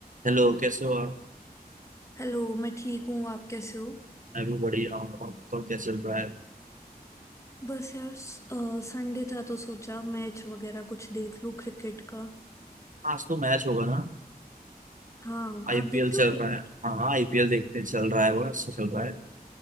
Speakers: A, on the right; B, on the left.
A: Hello कैसे हो आप
B: हेलो मैं ठीक हूँ आप कैसे हो
A: मैं भी बढ़िया हूँ और बताओ क्या चल रहा है
B: बस यार संडे था तो सोचा मैच वगैरह कुछ देख लूँ क्रिकेट का
A: आज तो मैच होगा ना
B: हाँ
A: आईपीएल
B: आप देखते
A: चल
B: हो क्रिकेट
A: रहा है हाँ हाँ आईपीएल देखते हैं, चल रहा है वो अच्छा चल रहा है